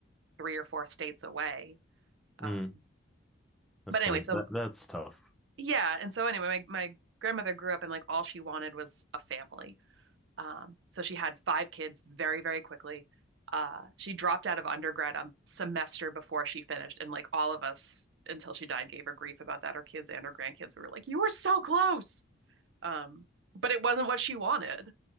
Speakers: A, on the right; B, in the centre.
A: three or four states away.
B: mm,
A: Um,
B: that's
A: but
B: kind
A: anyway, so
B: of, that, that's tough.
A: yeah. And so anyway, my, my grandmother grew up and like all she wanted was a family. Um, so she had five kids very, very quickly. Uh, she dropped out of undergrad a semester before she finished, and like all of us until she died gave her grief about that, her kids and her grandkids. We were like, "You were so close." Um, but it wasn't what she wanted.